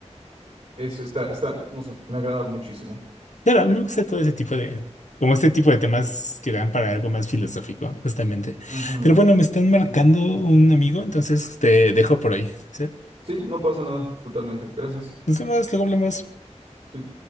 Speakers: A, on the right; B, on the left.
A: Es, está, está, no sé, me agrada muchísimo.
B: Claro, a mí me gusta todo ese tipo de, como este tipo de temas que dan para algo más filosófico, justamente.
A: Ujú.
B: Pero bueno, me están marcando un amigo, entonces te dejo por hoy. ¿sí?
A: Sí, no pasa nada, totalmente. Gracias.
B: Nos vemos, luego hablamos.
A: Sí.